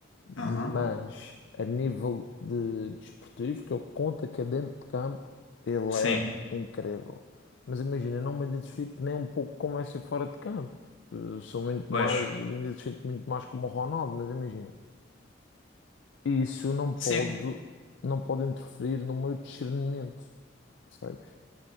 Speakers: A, on the left; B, on the left.
A: Aham.
B: Mas a nível de desportivo, que eu conto que é dentro de campo, ele
A: sim,
B: é incrível. Mas imagina, eu não me identifico nem um pouco como é ser fora de campo. Eu sou muito
A: pois.
B: mais, me identifico muito mais como o Ronaldo, mas imagina. E isso não
A: Sim,
B: pode, não pode interferir no meu discernimento, percebes?